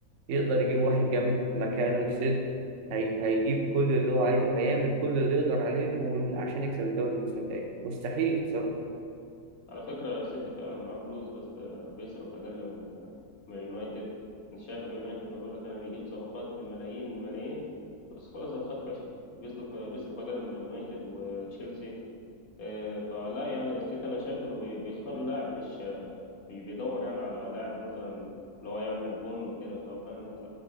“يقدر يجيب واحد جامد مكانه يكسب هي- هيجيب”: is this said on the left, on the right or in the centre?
Right